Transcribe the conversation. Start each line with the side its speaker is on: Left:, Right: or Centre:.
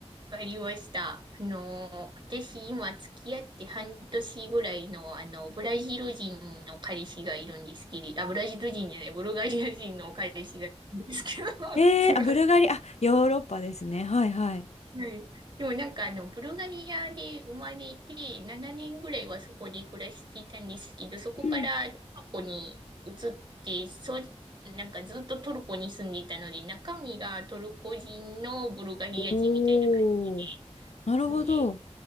Right: わかりました。あのー、私今付き合って半年ぐらいの、あの、ブラジル人の彼氏がいるんですけど、あ、ブラジル人じゃない、ブルガリア人の彼氏がいるんですけど、
Left: えー、
Right: <laughs> すごい
Left: あ、ブルガリア、あ、ヨーロッパですね。はいはい。
Right: はい。でもなんかあの、ブルガリアで生まれて、7年ぐらいはそこで暮らしていたんですけど、そこからトルコに移って、
Left: うん。
Right: そう、なんかずっとトルコに住んでいたので、中身がトルコ人のブルガリア人みたいな感じで
Left: おーなるほど。
Right: すね。